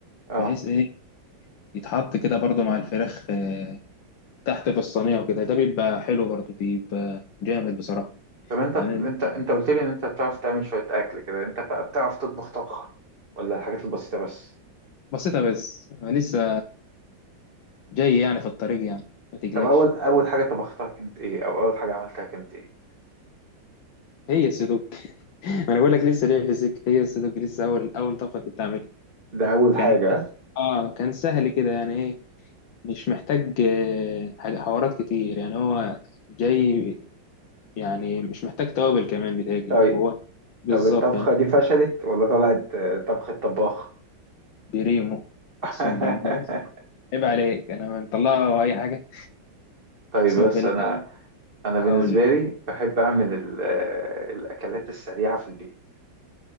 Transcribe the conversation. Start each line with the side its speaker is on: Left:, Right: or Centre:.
Right: اه
Left: بحيث ايه يتحط كده برضه مع الفراخ آه، تحت في الصينية وكده ده بيبقى حلو برضه بيبقى جامد بصراحة
Right: طب انت
Left: يعني
Right: انت انت قلت لي ان انت بتعرف تعمل شوية اكل كده انت بقى بتعرف تطبخ طبخة ولا الحاجات البسيطة بس
Left: بسيطة بس لسه جاي يعني في الطريق يعني ما تقلقش
Right: طب اول اول حاجة طبختها كانت ايه او اول حاجة عملتها كانت ايه
Left: هي السدوك <laughs> ما انا بقول لك لسه ليه في السك هي السدوك لسه اول اول طبقة كنت اعملها
Right: ده اول
Left: كان
Right: حاجة
Left: اه كان سهل كده يعني ايه مش محتاج آه، حاجة حوارات كتير يعني هو جاي يعني مش محتاج توابل كمان بيتهيألي
Right: طيب
Left: هو بالظبط
Right: طب الطبخة
Left: يعني
Right: دي فشلت ولا طلعت آه، طبخة طباخ
Left: بريمو
Right: <laughs>
Left: اقسم بالله بص، عيب عليك انا مطلعه اي حاجة
Right: طيب
Left: اقسم
Right: بس
Left: بالله
Right: أنا أنا بالنسبة
Left: هقول
Right: لي بحب أعمل ال- آه، الأكلات السريعة في البيت